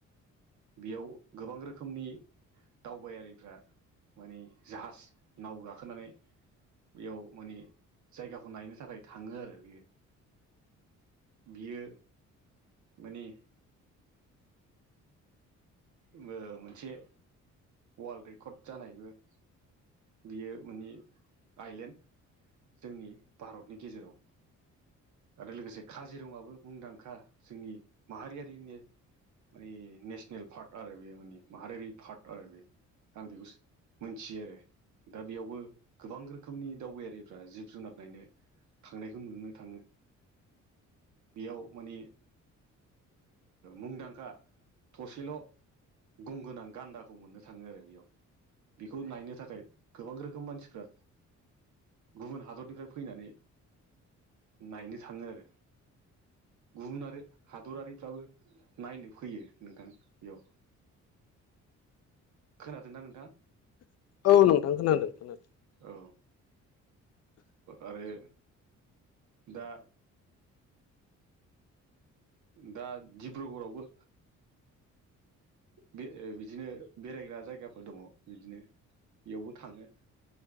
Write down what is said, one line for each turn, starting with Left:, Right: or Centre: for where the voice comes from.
Right: बेयाव गोबां रोखोमनि दावबायारिफ्रा माने जाहाज नाव गाखोनानै बेयाव माने जायगाखौ नायनो थाखाय थाङो आरो बियो बियो माने मोनसे वर्ल्ड रेकर्ड जानायबो बियो मोनि आइलेण्ड जोंनि भारतनि गेजेराव। आरो लोगोसे काजिरङाबो मुंदांखा जोंनि माहारियारिनि‌ मानानि नेसनेल पार्क आरो बे माने माहारियारि पार्क आरो बे। आं बेखौ मोनथियो आरो। दा बेयावबो गोबां रोखोमनि दावबायारिफ्रा जिब जुनार नायनो थांनायखौ नुनो थाङो। बेयाव माने मुंदांखा थसेल' गंगोनां गान्दा खौ मोननो थाङो आरो बेयाव। बेखौ नायनो थाखाय गोबां रोखोम मानसिफ्रा गुबुन हादरनिफ्राय फैनानै नायनो थाङो आरो। गुबुन आरो हादरारिफ्राबो नायनो फैयो नोंथां बेयाव। खोनादों ना नोंथां।
Left: औ नोंथां खोनादों खोनादों।
Right: औ। आरो दा दा डिब्रुगरावबो बे बिदिनो बेरायग्रा जायगाफोर दङ बिदिनो बेयावबो थाङो